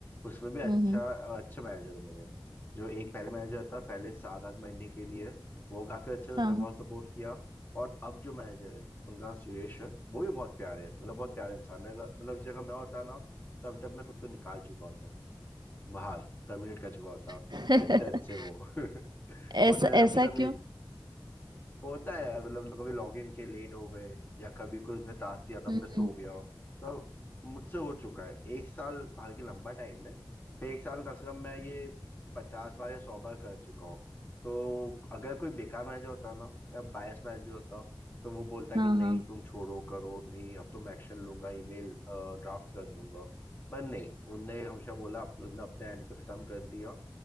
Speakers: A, on the left; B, on the right.
A: उसमें भी अच्छा
B: हम्म हम्म,
A: अच्छे मैनेजर है मेरे जो एक पहले मैनेजर था पहले सात आठ महीने के लिए वो काफी अच्छे थे उन्होंने
B: हाँ हाँ
A: बहुत सपोर्ट किया और अब जो मैनेजर है उनका नाम सुरेश है वो भी बहुत प्यारे मतलब बहुत प्यारे इंसान है अगर- मतलब जगह मैं होता ना तो अभी तक मैं खुद को निकाल चुका होता बाहर टर्मिनेट कर चुका होता
B: <laughs>
A: इतने अच्छे वो <laughs>
B: ऐसा
A: वरना हम
B: ऐसा
A: शायद
B: क्यों
A: नहीं होता है यार मतलब कभी लॉगिन के लेट हो गए या कभी कोई उसने टास्क दिया था
B: हम्म
A: मिस हो
B: हम्म,
A: गया तो मुझसे हो चुका है एक साल हालांकि लंबा टाइम है पर एक साल में कम से कम मैं ये पचास बार या सौ बार कर चुका हूँ तो अगर कोई बेकार मैनेजर होता ना या बायस मैनेजर होता तो वो बोलता
B: हाँ
A: कि नहीं
B: हाँ
A: तुम छोड़ो करो नहीं अब तो मैं एक्शन लूंगा ईमेल ड्राफ्ट कर दूंगा पर नहीं उनने हमेशा बोला अपने- उनने अपने एंड पे खत्म कर दिया